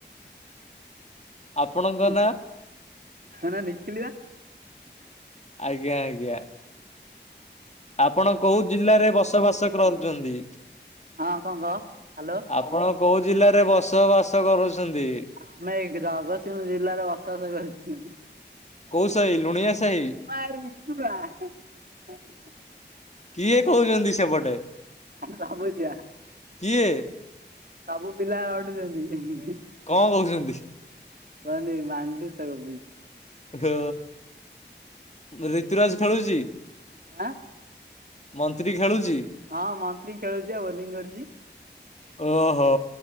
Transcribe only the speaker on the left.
ଆପଣଙ୍କ ନା?
ଆଜ୍ଞା ଆଜ୍ଞା। ଆପଣ କୋଉ ଜିଲ୍ଲାରେ ବସବାସ କରୁଚନ୍ତି?
ଆପଣ କୋଉ ଜିଲ୍ଲାରେ ବସବାସ କରୁଚନ୍ତି?
କୋଉ ସାହି ଲୁଣିଆ ସାହି କିଏ କହୁଚନ୍ତି ସେପଟ
କିଏ?
କଣ କହୁଚନ୍ତି?
ହଁ ର ଋତୁରାଜ ଖେଳୁଚି?
ମନ୍ତ୍ରୀ ଖେଳୁଚି?
ଓହୋ।